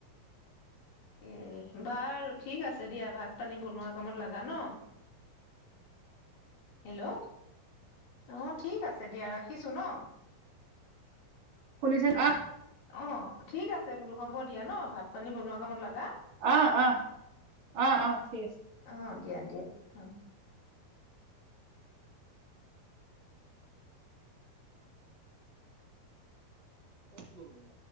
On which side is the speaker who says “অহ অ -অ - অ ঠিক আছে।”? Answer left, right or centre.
Right